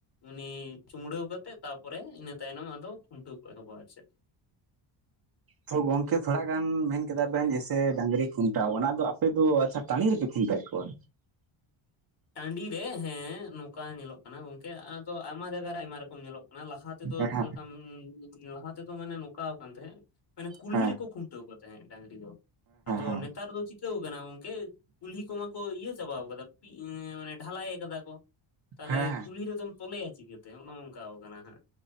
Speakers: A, on the left (about 50°); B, on the right (about 45°).
A: ᱩᱱᱤ ᱪᱩᱢᱲᱟᱹᱣ ᱠᱟᱛᱮᱜ ᱛᱟᱨᱯᱚᱨᱮ ᱤᱱᱟᱹ ᱛᱟᱭᱱᱚᱢ ᱟᱫᱚ ᱠᱷᱩᱱᱴᱟᱹᱣ ᱠᱚ ᱮᱦᱚᱵᱟ ᱟᱨ ᱪᱮᱫ᱾
B: ᱛᱚ ᱜᱚᱝᱠᱮ ᱛᱷᱚᱲᱟ ᱜᱟᱱ ᱢᱮᱱ ᱠᱮᱫᱟ ᱵᱮᱱ ᱡᱮᱭᱥᱮ ᱰᱟᱹᱝᱨᱤ ᱠᱷᱩᱱᱴᱟᱹᱣ, ᱚᱱᱟ ᱫᱚ ᱟᱯᱮ ᱫᱚ ᱟᱪᱪᱷᱟ ᱴᱟᱸᱰᱤ ᱨᱮᱯᱮ ᱠᱷᱩᱱᱴᱟᱹᱣᱮᱫ ᱠᱚᱣᱟ?
A: ᱴᱟᱸᱰᱤ ᱨᱮ ᱦᱮᱸ, ᱱᱚᱝᱠᱟ ᱧᱮᱞᱚᱜ ᱠᱟᱱᱟ ᱜᱚᱝᱠᱮ ᱟᱫᱚ ᱟᱭᱢᱟ ᱡᱟᱭᱜᱟ ᱨᱮ ᱟᱭᱢᱟ ᱨᱚᱠᱚᱢ ᱧᱮᱞᱚᱜ ᱠᱟᱱᱟ ᱞᱟᱦᱟ ᱛᱮᱫᱚ
B: ᱦᱮᱸ
A: ᱡᱟᱦᱟᱸ
B: ᱦᱮᱸ
A: ᱞᱮᱠᱟᱢ ᱞᱟᱦᱟ ᱛᱮᱫᱚ ᱢᱟᱱᱮ ᱱᱚᱝᱠᱟᱣ ᱠᱟᱱ ᱛᱟᱦᱮᱸᱜ, ᱢᱟᱱᱮ ᱠᱩᱞᱦᱤ
B: ᱦᱮᱸ ᱦᱮᱸ
A: ᱨᱮᱠᱚ ᱠᱷᱩᱱᱴᱟᱹᱣ ᱠᱚ ᱛᱟᱦᱮᱸᱫ ᱰᱟᱹᱝᱨᱤ ᱫᱚ᱾ ᱟᱫᱚ
B: ᱦᱮᱸ
A: ᱱᱮᱛᱟᱨ ᱫᱚ ᱪᱤᱠᱟᱹᱣ ᱠᱟᱱᱟ ᱜᱚᱝᱠᱮ ᱠᱩᱞᱦᱤ ᱠᱚ ᱢᱟᱠᱚ ᱤᱭᱟᱹ ᱪᱟᱵᱟᱣ ᱠᱟᱫᱟ ᱢᱟᱱᱮ ᱰᱷᱟᱞᱟᱭ ᱠᱟᱫᱟ ᱠᱚ, ᱛᱟᱦᱞᱮ
B: ᱦᱮᱸ ᱦᱮᱸ
A: ᱠᱩᱞᱦᱤ ᱨᱮᱫᱚᱢ ᱛᱚᱞᱮᱭᱟ ᱪᱤᱠᱟᱹᱛᱮ ᱱᱚᱜ-ᱚ ᱱᱚᱝᱠᱟᱣ ᱠᱟᱱᱟ᱾ ᱦᱮᱸ